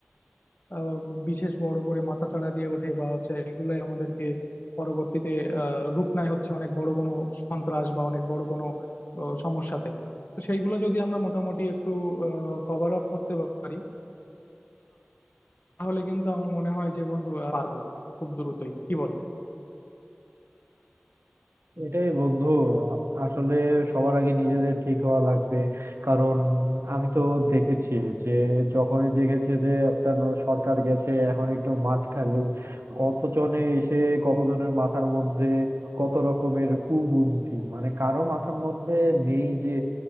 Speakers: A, on the left; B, on the right.
A: আহ, বিশেষ বড় করে মাথাচাড়া দিয়ে ওঠে বা হচ্ছে এগুলাই আমাদেরকে পরবর্তীতে আহ রূপ নেয় হচ্ছে অনেক বড় কোনো সন্ত্রাস বা অনেক বড় কোনো আহ, সমস্যাতে তো সেইগুলো যদি আমরা মোটামুটি একটু কভার আপ করতে পারি তাহলে কিন্তু আমার মনে হয় যে বন্ধু আহ, পারবো খুব দ্রুতই কি বলো
B: এটাই বন্ধু আসলে সবার আগে নিজেদের ঠিক হওয়া লাগবে কারণ আমি তো দেখেছি যে যখনই দেখেছে যে একটা ন- সরকার গেছে এখন একটু মাঠ খালি কতজনে এসে কতজনের মাথার মধ্যে কত রকমের কুবুদ্ধি মানে কারো মাথার মধ্যে নেই যে